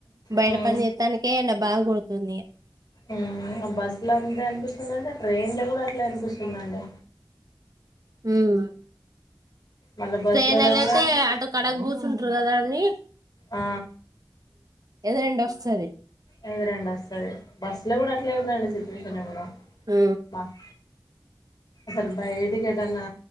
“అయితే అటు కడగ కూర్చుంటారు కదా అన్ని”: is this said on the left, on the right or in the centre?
Right